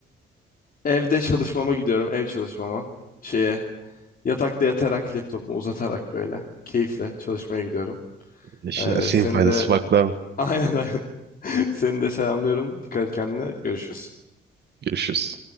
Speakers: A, on the left; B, on the right.
A: e, evde çalışmama gidiyorum. Ev çalışmama. Şeye yatakta yatarak laptopumu uzatarak böyle keyifle çalışmaya gidiyorum.
B: işte
A: E,
B: her şeyin
A: seni
B: faydası
A: de
B: farklı abi.
A: <laughs> aynen aynen. Seni de selamlıyorum. Dikkat et kendine. Görüşürüz.
B: Görüşürüz.